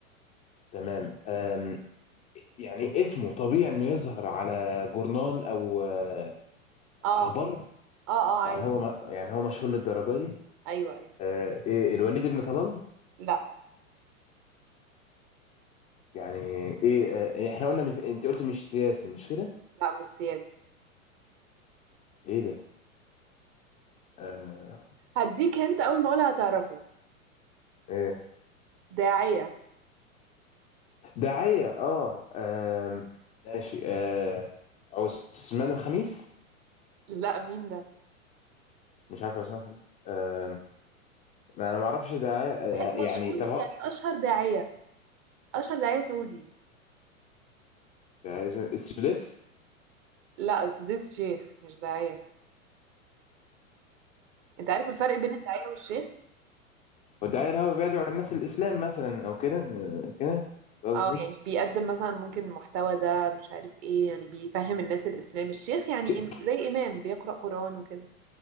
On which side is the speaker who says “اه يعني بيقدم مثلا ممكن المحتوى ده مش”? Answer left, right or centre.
Right